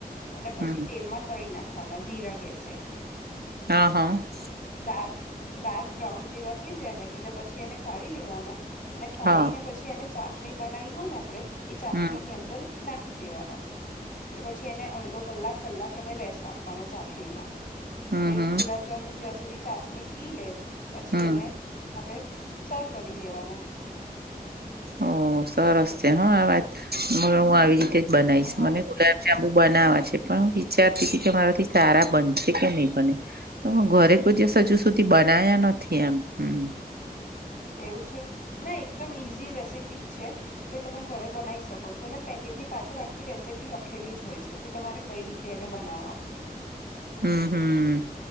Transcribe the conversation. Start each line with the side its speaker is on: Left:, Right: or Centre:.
Left: અને
Right: હમ
Left: પછી તેલમાં તળી નાખવાના ધીરા ગેસે.
Right: અ હ <inaudible>
Left: ડાર ડાર્ક બ્રાઉન જેવા થઈ જાય ને એટલે પછી એને કાઢી લેવાના. અને કાઢી
Right: હા
Left: ને પછી એને ચાસણી બનાઈ હોય ને આપણે એ ચાસણી
Right: હમ
Left: ની અંદર નાખી દેવાના. એટલે પછી એને અડધો કલાક કલાક એને રેસ્ટ આપવાનો ચાસણીમાં.
Right: હમ
Left: એ
Right: હમ
Left: ગુલાબ જાંબુ જ્યાં સુધી ચાસણી પી લે પછી
Right: હમ
Left: એને આપણે <inaudible> સર્વ કરી લેવાના
Right: ઓ સરસ છે હા આ વાત હ હું આવી રીતે જ બનાવીશ
Left: હા
Right: મને ગુલાબ જાંબુ બનાવા છે પણ હું વિચારતી હતી કે મારાથી સારા બનશે કે નહી બને્. હ ઘરે કોઈ દિવસ હજુ સુધી બનાયા નથી એમ હમ્મ
Left: એવું છે ના એકદમ ઈઝી રેસીપી જ છે. એટલે તમે ઘરે બનાઇ શકો છો અને પેકેટની પાછળ આખી રેસીપી લખેલી જ હોય કે તમારે કઈ રીતે એને બનાવવા.
Right: ઉમહ